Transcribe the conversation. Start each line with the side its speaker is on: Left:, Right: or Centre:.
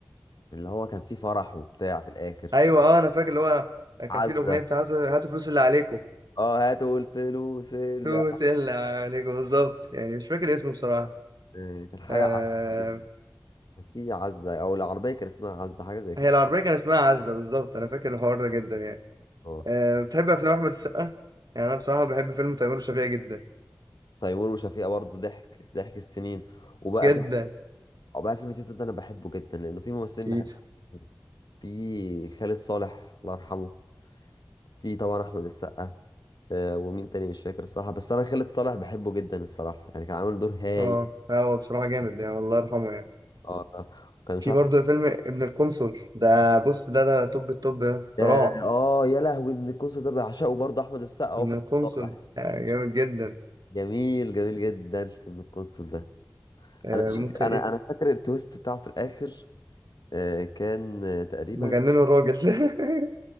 Left: اللي هو كان فيه فرح وبتاع في الاخر
Right: ايوه اه انا فاكر اللي هو كان
Left: عزة
Right: في الاغنيه بتاعته هاتوا هاتوا فلوس اللي عليكم
Left: اه هاتوا الفلوس اللي
Right: فلوس اللي عليكم بالظبط يعني مش فاكر اسمه بصراحه
Left: آه كان حاجة
Right: آه
Left: ع- يعني كان في عزة او العربية كان اسمها عزة حاجة زي كده
Right: هي العربيه كان اسمها عزه بالظبط انا فاكر الحوار ده جدا يعني
Left: اه
Right: آه بتحب افلام احمد السقا يعني انا بصراحه بحب فيلم تيمور وشفيقة جدا
Left: تيمور وشفيقة برضه ضحك ضحك السنين وبقى
Right: جدا
Left: فيلم وبقى فيلم تيتو ده انا بحبه جدا لانه في ممثلين
Right: تيتو
Left: بحبهم في خالد صالح الله يرحمه في طبعا احمد السقا آه ومين تاني مش فاكر الصراحه بس انا خالد صالح بحبه جدا الصراحه يعني كان عامل دور هايل
Right: اه لا، هو بصراحه جامد يعني الله يرحمه يعني
Left: اه آه. وكان مش
Right: في
Left: عارف
Right: برضه فيلم ابن القنصل ده بص ده ده توب التوب ده ده
Left: اه
Right: روعه
Left: آه، يا لهوي ابن القنصل ده بعشقه برضه احمد السقا وخالد
Right: ابن القنصل
Left: صالح
Right: آه جامد جدا
Left: جميل جميل جدا ابن القنصل ده
Right: آه
Left: انا مش
Right: ممكن
Left: فاكر- انا
Right: ايه
Left: انا فاكر التويست بتاعه في الاخر آه كان آه تقريبا
Right: مجننوا الراجل <laughs>